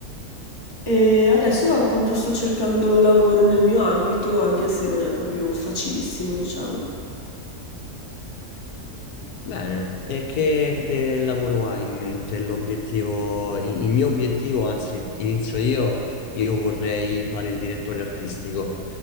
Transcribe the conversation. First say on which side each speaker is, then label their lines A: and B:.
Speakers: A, on the left; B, on the left.
A: E adesso appunto sto cercando lavoro nel mio ambito, anche se non è proprio facilissimo, diciamo.
B: Bene, e che, che lavoro hai in mente? L'obiettivo, il il mio obiettivo, anzi, inizio io, io vorrei fare il direttore artistico.